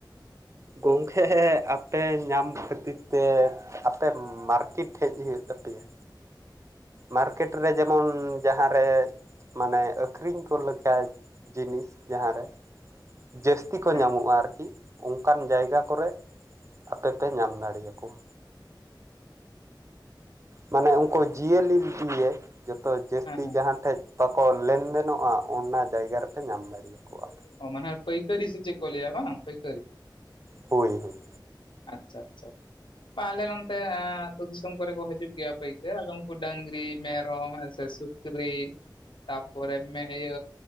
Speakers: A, on the right (about 40°); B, on the left (about 80°).
A: ᱜᱚᱢᱠᱮ ᱟᱯᱮ ᱧᱟᱢ ᱠᱷᱟᱹᱛᱤᱨ ᱛᱮ ᱟᱯᱮ ᱢᱟᱨᱠᱮᱴ ᱴᱷᱮᱡ ᱦᱩᱭᱩᱜ ᱛᱟᱯᱮᱭᱟ᱾ ᱢᱟᱨᱠᱹᱮᱴ ᱨᱮ ᱡᱮᱢᱚᱱ ᱡᱟᱦᱟᱸᱨᱮ ᱢᱟᱱᱮ ᱟᱹᱠᱷᱨᱤᱧ ᱠᱚ ᱞᱮᱠᱟᱭ ᱡᱤᱱᱤᱥ ᱡᱟᱦᱟᱸᱨᱮ ᱡᱟᱹᱥᱛᱤ ᱠᱚ
B: ᱦᱮᱸ
A: ᱧᱟᱢᱚᱜᱼᱟ ᱟᱨᱠᱤ᱾ ᱚᱱᱠᱟᱱ ᱡᱟᱭᱜᱟ ᱠᱚᱨᱮᱫ ᱟᱯᱮᱯᱮ ᱧᱟᱢ ᱫᱟᱲᱮᱣᱟ ᱠᱚᱣᱟ᱾ ᱢᱟᱱᱮ ᱩᱱᱠᱩ
B: ᱟᱪᱪᱷᱟ
A: ᱡᱤᱭᱟᱹᱞᱤ
B: ᱟᱪᱪᱷᱟ
A: ᱫᱤᱭᱮ ᱡᱚᱛᱚ ᱡᱟᱹᱥᱛᱤ
B: ᱦᱮᱸ ᱦᱮᱸ
A: ᱡᱟᱦᱟᱸ ᱴᱷᱮᱡ ᱵᱟᱠᱚ ᱞᱮᱱᱫᱮᱱᱚᱜᱼᱟ ᱚᱱᱟ ᱡᱟᱭᱜᱟ ᱨᱮᱯᱮ ᱧᱟᱢ ᱫᱟᱲᱮᱭᱟᱠᱚᱣᱟ ᱯᱮ᱾
B: ᱚ ᱢᱟᱱᱮ ᱯᱟᱹᱭᱠᱟᱹᱨᱤ ᱥᱮ ᱪᱮ ᱠᱚ ᱞᱟᱭᱟ ᱵᱟᱝ ᱯᱟᱹᱭᱠᱟᱹᱨᱤ᱾
A: ᱦᱳᱭ ᱦᱳᱭ᱾
B: ᱟᱪᱪᱷᱟ ᱟᱪᱪᱷᱟ᱾ ᱯᱟ ᱟᱞᱮ ᱱᱚᱱᱛᱮ ᱮ ᱟᱛᱩ ᱫᱤᱥᱚᱢ ᱠᱚᱨᱮ ᱠᱚ ᱦᱤᱡᱩᱜ ᱜᱮᱭᱟ ᱯᱟᱹᱠᱟᱹᱨ ᱟᱫᱚ ᱩᱱᱠᱩ ᱰᱟᱝᱨᱤ, ᱢᱮᱨᱚᱢ ᱦᱮᱥᱮ ᱥᱩ ᱠᱨᱤ ᱛᱟᱯᱚᱨᱮ ᱢᱮᱤᱭᱟᱹ